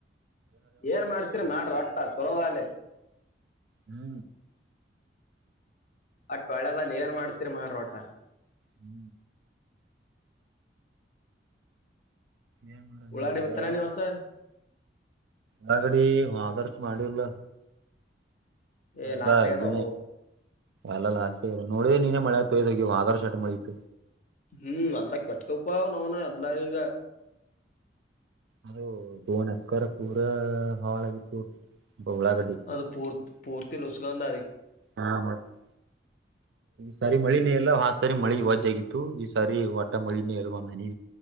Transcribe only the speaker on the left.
ಏನ್ ಮಾಡ್ತರಿ ಮಾಡ್ರಿ ಒಟ್ಟ ಚಲೋ ಡಾಗ್ಲಿ
ಅಟ್ ಒಳೆದಾಗಲಿ ಏನ್ ಮಾಡ್ತೀರಿ ಮಾರೋಟ
ಉಳ್ಳಾಗಡ್ಡಿ
ಬಿತ್ತಲ ನೀ ವರ್ಷ
ಏ
ಲಾಸ್ ಆಗ್ಯದವು
ಹೂ ಅಲ್ಲ ಕೆಟ್ಟ ಉಪ್ಪ ನವ್ನ ಅದಲಾ ಹಿಂಗ
ಅದು ಪೂರ್ ಪೂರ್ತಿಲ್ಲಿೂಸುಖಾದ